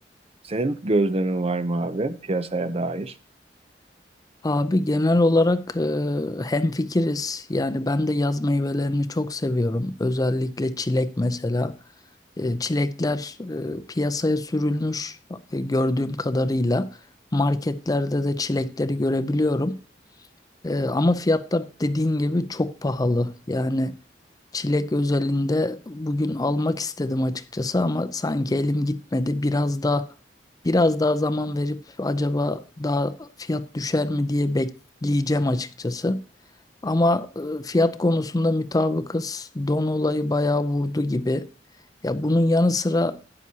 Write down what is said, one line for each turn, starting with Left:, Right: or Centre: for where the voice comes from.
Right: Senin gözlemin var mı abi piyasaya dair?
Left: Abi genel olarak e, hemfikiriz. Yani ben de yaz meyvelerini çok seviyorum. Özellikle çilek mesela. E, çilekler e, piyasaya sürülmüş e, gördüğüm kadarıyla. Marketlerde de çilekleri görebiliyorum. E, ama fiyatlar dediğin gibi çok pahalı. Yani Çilek özelinde bugün almak istedim açıkçası ama sanki elim gitmedi. Biraz da biraz daha zaman verip acaba daha fiyat düşer mi diye bekleyeceğim açıkçası. Ama e, fiyat konusunda mutabıkız. Don olayı bayağı vurdu gibi. Ya bunun yanı sıra